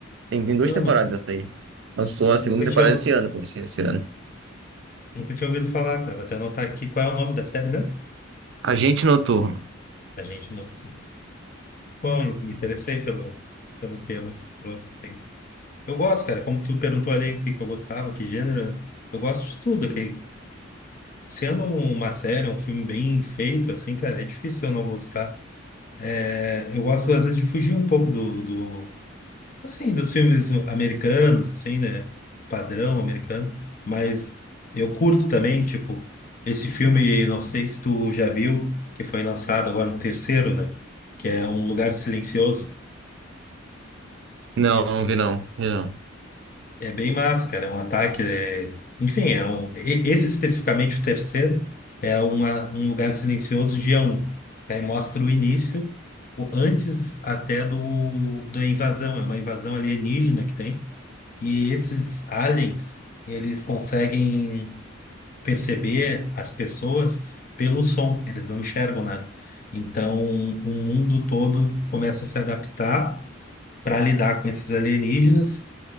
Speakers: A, on the right; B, on the left.
A: Tem, tem duas
B: Não,
A: temporadas
B: nu-
A: essa daí. Lançou a segunda
B: nunca tinha,
A: temporada
B: ou-
A: esse ano, como assim, esse ano.
B: nunca tinha ouvido falar, cara. Vou até anotar aqui qual é o nome da série mesmo.
A: Agente Noturno.
B: A gente não. Bom, eu me interessei pelo, pelo tema que tu trouxe, assim. Eu gosto, cara, como tu perguntou ali o que que eu gostava, que gênero, né? eu gosto de tudo, que sendo uma série, um filme bem feito, assim, cara, é difícil eu não gostar. É, eu gosto, às vezes, de fugir um pouco do, do Assim, dos filmes americanos, assim, né? Padrão americano. Mas eu curto também, tipo, esse filme, não sei se tu já viu, que foi lançado agora o terceiro, né? Que é Um Lugar Silencioso.
A: Não, não vi não, vi não.
B: É bem massa, cara. É um ataque. é- Enfim, é um... e- esse especificamente, o terceiro, é uma... um lugar silencioso dia um Aí mostra o início, o antes até do... da invasão. É uma invasão alienígena que tem. E esses aliens, eles conseguem perceber as pessoas pelo som, eles não enxergam nada. Então, o mundo todo começa a se adaptar para lidar com esses alienígenas